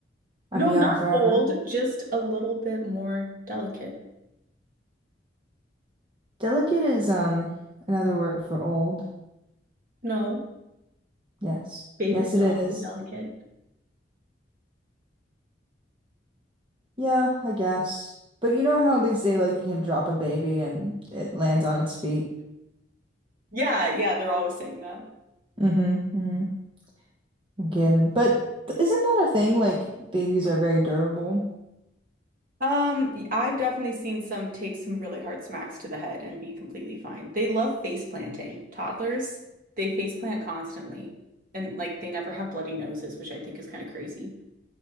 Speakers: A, on the right; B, on the right.
A: I'm
B: No,
A: young
B: not
A: forever.
B: old, just a little bit more delicate.
A: Delicate is um another word for old.
B: No,
A: Yes.
B: babies
A: Yes, it
B: are
A: is.
B: also delicate.
A: Yeah, I guess. But you know how they say like you can drop a baby and it lands on its feet.
B: Yeah, yeah, they're always saying that.
A: Mm-hmm. Mm-hmm. i But th- isn't that a thing? Like babies are very durable.
B: Um, y- I've definitely seen some take some really hard smacks to the head and be completely fine. They love face planting. Toddlers, they face plant constantly and like they never have bloody noses, which I think is kind of crazy.